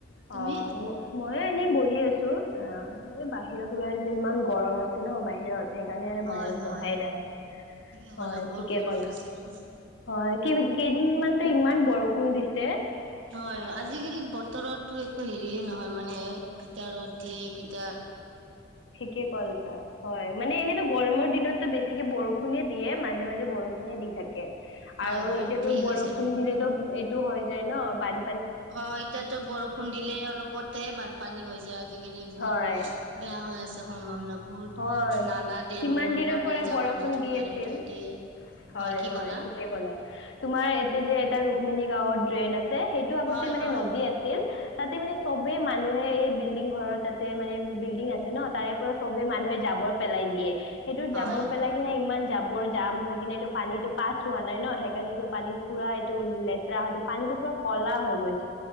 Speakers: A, on the right; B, on the left.
A: তুমি
B: অ', মইয়ো এনেই বহি আছো‌। অ', এই বাহিৰত ওলাই ইমান গৰম আছে ন? বাহিৰত সেইকাৰণে আৰু
A: হয়
B: বাহিৰত
A: হয়
B: বহাই নাই
A: ঠিকে
B: হয়,
A: ক'লা বৰ
B: ঠিকে
A: গৰম
B: ক'লা
A: দিছে ন
B: হয়। কেই কেইদিন মানতে ইমান ইমান বৰষুণ দিছে।
A: হয়, আজিকালি বতৰতো একো হেৰি দে নহয় মানে কেতিয়া ৰ'দ দিয়ে কেতিয়া
B: ঠিকেই কৈল্যা হয়। মানে এনেইতো গৰমৰ দিনতো বেছিকে বৰষুণে দিয়ে মাজে, মাজে বৰষুণে দি থাকে।
A: হয়
B: আৰু
A: হয়
B: এতিয়াতো
A: ঠিকে
B: বৰষুণ
A: কৈছা তুমি
B: দিলেতো এইটো হয় যায় ন বাদ
A: অ', এতিয়াতো বৰষুণ দিলে অলপতেহে বানপানী হৈ যায় আজিকালি বহুত
B: হয়
A: বেয়া হৈ আছে। <unintelligible> বোৰ
B: হয়
A: নালা দেনবোৰ
B: কিমান দিনৰ
A: মানে
B: পৰা
A: জাবৰ
B: বৰষুণ
A: জোথৰ
B: দি
A: পেৰাই
B: আছিল
A: থৈ দিয়ে।
B: হয়,
A: কি
B: হয়
A: ক'লা
B: ঠিকে ক'লা তোমাৰ এতে যে এটা ৰুক্মিণী গাঁৱত ড্ৰেইন আছ চে সেইটো আগতে
A: হয়
B: মানে
A: হয়
B: নদী আছিল। তাতে মানে চবে মানুহে এই বিল্ডিং ঘৰৰ তাতে মানে বিল্ডিং আছে ন তাৰে পৰা সবে মানুহে জাবৰ পেলাই দিয়ে। সেইটোত
A: হয়
B: জাবৰ পেলাই কিনে ইমান জাব বৰ জাম হয়। সেইপিনে এইটো পানীটো পাছ হোৱা নাই ন সেইকাৰণেটো পানীত পুৰা এইটো লেতেৰা হয়টো পানীটো পোৰা কলা হৈ গৈছে।